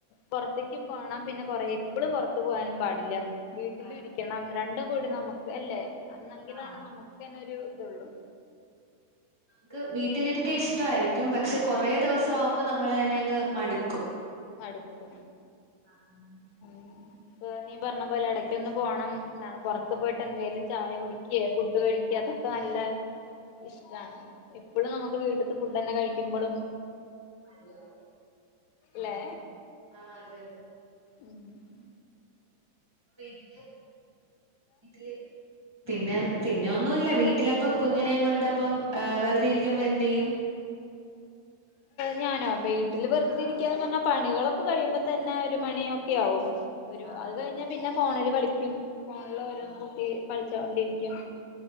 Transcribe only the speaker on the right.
അതെ
ആഹ്
നമക്ക് വീട്ടിലിരിക്ക ഇഷ്ടവായിരിക്കും പക്ഷെ കൊറേ ദിവസം ആവുമ്പോ നമ്മള് തന്നെങ്ങ് മടുക്കും
ആഹ് ആഹ്
മതിയാവും ആഹ്
ആഹ് അതെ അതെ
വീടില് വീട്ടില് പിന്നെ പിന്നെ ഒന്നുംല്ല വീട്ടില ഇപ്പൊ
കുഞ്ഞിനെയും
കൊണ്ടപ്പ ആ വെറുതെ ഇരിക്കുമ്പോ എന്ത് ചെയ്യും
ആഹ്
ആഹ് ആഹ്
ആഹ്